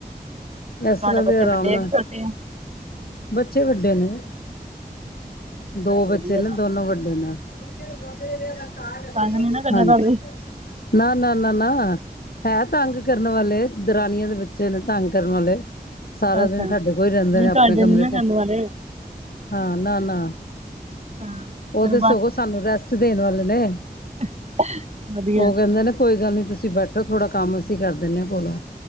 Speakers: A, on the left; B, on the right.
A: ਇਸ
B: ਤੁਹਾਡੇ ਬੱਚੇ
A: ਦੇ ਆਰਾਮ
B: ਵੱਡੇ
A: ਨਾਲ
B: ਆ ਕਿ ਛੋਟੇ ਆ
A: ਬੱਚੇ ਵੱਡੇ ਨੇ ਦੋ
B: ਚਲੋ
A: ਬੱਚੇ
B: ਵਧੀਆ
A: ਨੇ
B: ਤਾਂ
A: ਦੋਨੋ ਵੱਡੇ ਨੇ। <unintelligible>
B: ਵਧੀਆ ਤੰਗ ਨੀ ਨਾ ਕਰਦਾ
A: ਹਾਂਜੀ।
B: ਤੁਹਾਨੂੰ
A: ਨਾ-ਨਾ-ਨਾ-ਨਾ ਐ ਤੰਗ ਕਰਨ ਵਾਲੇ ਦਰਨਾਣੀਆਂ ਦੇ ਬੱਚੇ ਨੇ। ਤੰਗ ਕਰਨ ਵਾਲੇ ਸਾਰਾ
B: ਅੱਛਾ
A: ਦਿਨ ਸਾਡੇ ਕੋਲ ਹੀ ਰਹਿੰਦੇ
B: ਨਹੀਂ
A: ਨੇ। ਆਪਣੇ
B: ਤੁਹਾਡੇ
A: ਕਮਰੇ
B: ਨੀ ਨਾ
A: 'ਚ।
B: ਕਰਨ ਵਾਲੇ
A: ਹਾਂ ਨਾ-ਨਾ
B: ਹਾਂ ਚਲੋ
A: ਉਹ ਤਾਂ ਸਗੋਂ ਸਾਨੂੰ ਰੈਸਟ ਦੇਣ ਵਾਲੇ ਨੇ।
B: ਹਅ ਵਧੀਆ।
A: ਉਹ ਕਹਿੰਦੇ ਨੇ ਕੋਈ ਗੱਲ ਨਹੀਂ ਤੁਸੀਂ ਬੈਠੋ। ਥੋੜ੍ਹਾ ਕੰਮ ਅਸੀਂ ਕਰ ਦਿੰਦੇ ਆ। ਕੋਲੋਂ